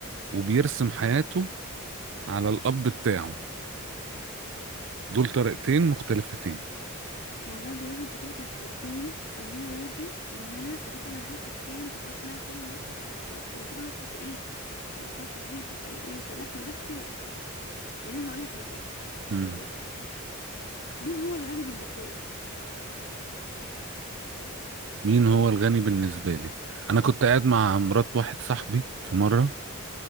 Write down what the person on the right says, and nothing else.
وبيرسم حياته على القبض بتاعه دول طريقتين مختلفتين
مم.
مين هو الغني بالنسبة لي أنا كنت قاعد مع مرات واحد صاحبي في مرة